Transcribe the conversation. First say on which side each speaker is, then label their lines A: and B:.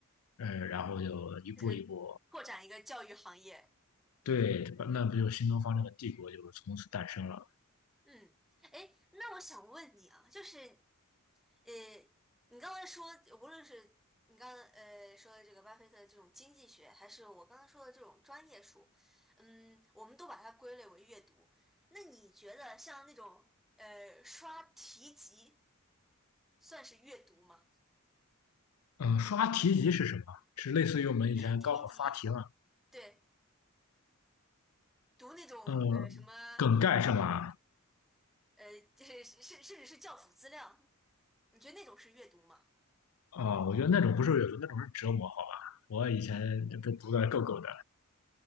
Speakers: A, on the left (about 85°); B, in the centre.
A: 呃，然后就一步一步，
B: 就是拓展一个教育行业。
A: 对，那不就新东方这个帝国就从此诞生了。
B: 嗯，哎，那我想问你啊，就是，呃，你刚才说，无论是你刚才呃说的这个巴菲特这种经济学，还是我刚刚说的这种专业书，嗯，我们都把它归类为阅读。那你觉得像那种呃刷题集算是阅读吗？
A: 嗯，刷题集是什么？是类似于我们以前高考刷题嘛？
B: 就是题集，对，读那种呃什么呃，
A: 嗯，梗概是吧？
B: 呃就是甚甚至是教辅资料，你觉得那种是阅读吗？
A: 啊、我觉得那种不是阅读，那种是折磨，好吧？我以前就被读的够够的。